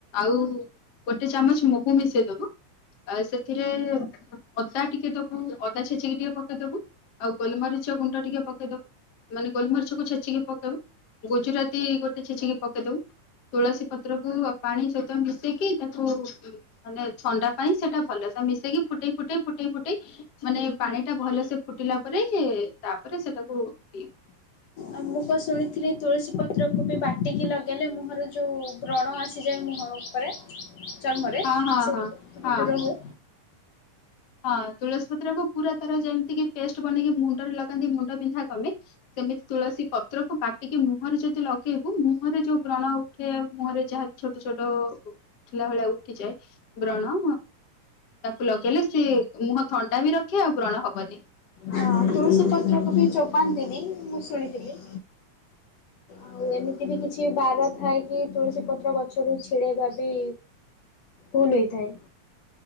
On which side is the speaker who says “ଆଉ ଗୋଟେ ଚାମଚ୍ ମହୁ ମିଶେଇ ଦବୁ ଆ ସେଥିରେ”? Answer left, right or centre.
Left